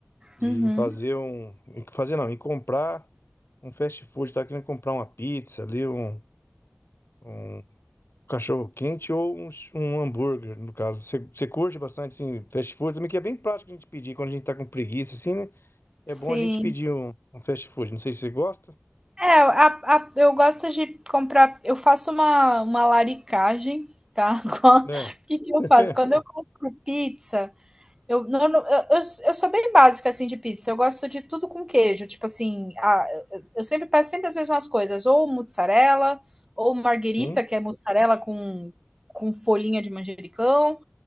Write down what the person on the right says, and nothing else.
Uhum.
Sim.
É, a a eu gosto de comprar eu faço uma uma laricagem, tá. <laughs> Qua
que que eu
faço? Quando eu compro pizza, Eu, não, eu, eu, eu sou bem básica assim de pizza. Eu gosto de tudo com queijo. Tipo assim, a- eu- eu sempre peço sempre as mesmas coisas, ou mozzarella, ou marguerita,
que é mozzarella com, com folhinha de manjericão,